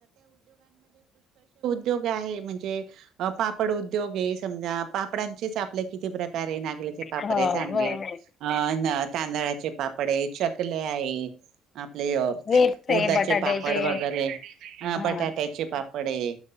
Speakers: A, on the right (about 55°); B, on the left (about 30°).
A: उद्योग आहे म्हणजे पापड उद्योग समजा पापडांचे आपल्या किती प्रकार..... अरे नागल्याचे पापरे
B: हो,
A: सांडगे
B: हो, हो.
A: अ... तांदळाचे पापड आहे चकल्या आहेत... आपले ले
B: वेप्स आहे,
A: उडदाचे
B: बटाट्याचे
A: पापड वगैरे अ
B: हां.
A: बटाट्याचे पापड आहे....